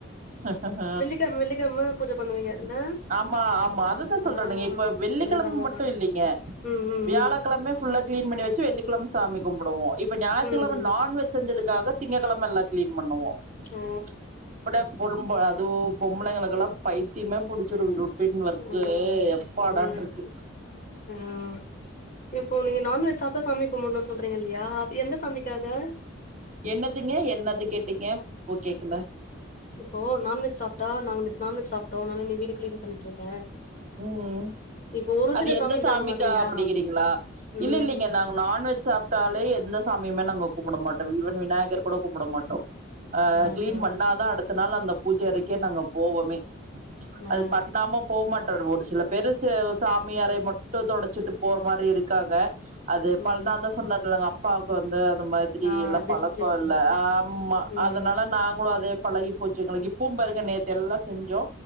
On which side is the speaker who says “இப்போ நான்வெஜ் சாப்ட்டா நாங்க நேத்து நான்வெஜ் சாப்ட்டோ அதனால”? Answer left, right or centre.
Left